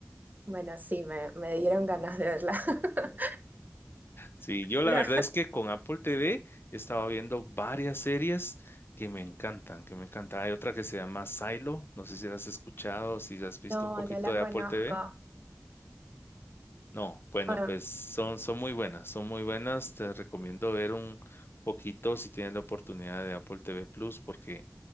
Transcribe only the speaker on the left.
Sí, yo la
verdad es que con Apple TV he estado viendo varias series que me encantan, que me encantan. Hay otra que se llama Silo, no sé si la has escuchado, si has visto
un poquito
de
Apple TV. No, bueno,
pues son, son muy buenas, son muy buenas. Te recomiendo ver un poquito si tienes la oportunidad de Apple TV Plus porque